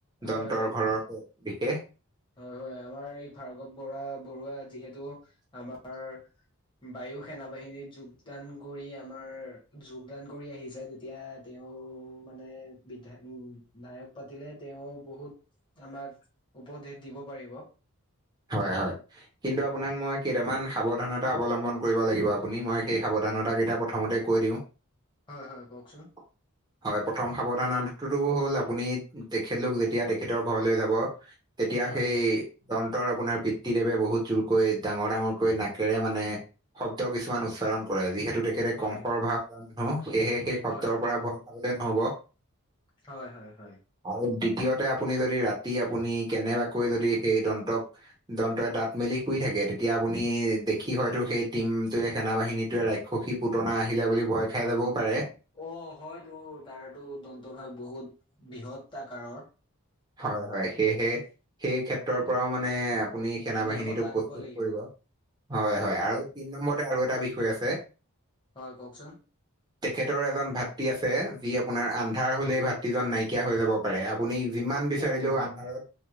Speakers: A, on the left; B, on the right.
A: হয়
B: দন্তৰ
A: হয়
B: ঘৰৰ বিশেষ।
A: হয় হয়, আমাৰ এই ভাৰ্গৱ বৰা বৰুৱা যিহেতু আমাৰ পা বায়ুসে সেনা বাহিনীত যোগদান কৰি আহিছে। আমাৰ যোগদান কৰি আহিছে। তেতিয়া তেওঁৰ, মানে বিধায়ক পাতিলে। তেওঁ বহুত আমাক, উপদেশ দিব পাৰিব।
B: হয় হয়। কিন্তু আপোনাক মই কেইটামান সাৱধানতা অৱলম্বন কৰিব লাগিব। আপুনি মই সেই সাৱধানতাকেইটা প্ৰথমতে কৈ দিওঁ। উ।
A: হয় হয় কওঁকচোন।
B: <unintelligible> হয় প্ৰথম সাৱধানটো হ'ল, আপুনি তেখেতলোক যেতিয়া তেখেতৰ ঘৰলৈ যাব। তেতিয়া
A: হয়।
B: সেই, দন্তৰ আপোনাৰ পিতৃ দেৱে বহুত জোৰকৈ ডাঙৰ ডাঙৰকৈ নাকেৰে মানে। শব্দ কিছুমান উচ্চাৰণ কৰে। যিহেতু, তেখেতে
A: হয়,
B: কংসৰ ভাৱ লোৱা মানুহ, সেয়েহে সেই শব্দৰ
A: হয়, হয়,
B: পৰা ভয় খাবলে নহ'ব।
A: হয়, হয়, হয়।
B: আৰু দ্বিতীয়তে আপুনি যদি, ৰাতি আপুনি কেনেবাকৈ যদি সেই দন্তক। দন্তয়ে দাঁত মেলি শুই থাকে। তেতিয়া আপুনি দেখি হয়তো সেই টিমটোৱে, সেনা বাহিনীটোৱে ৰাখি সখী পুতনা আহিলে বুলি, ভয় খাই যাবও পাৰে।
A: অ, হয়তো তাৰ টো দন্তভাগ বহুত বৃহত্ত আকাৰৰ।
B: হয়, হয়, সেয়েহে সেই ক্ষেত্ৰৰ পৰাও মানে আপুনি সেনা
A: আমি
B: বাহিনীটোক
A: সজাগ
B: প্ৰস্তুত
A: হ'ব লাগিব।
B: কৰিব। হয়, হয়, আৰু তিন নম্বৰতে আৰু এটা বিষয় আছে।
A: হয়, কওঁকচোন।
B: <inaudible> তেখেতৰ এজন ভাতৃ আছে, যি আপোনাৰ আন্ধাৰ হ'লেই ভাতৃজন নাইকিয়া হৈ যাব পাৰে আপুনি যিমান বিচাৰিলোও,
A: অ'।
B: আন্ধাৰত,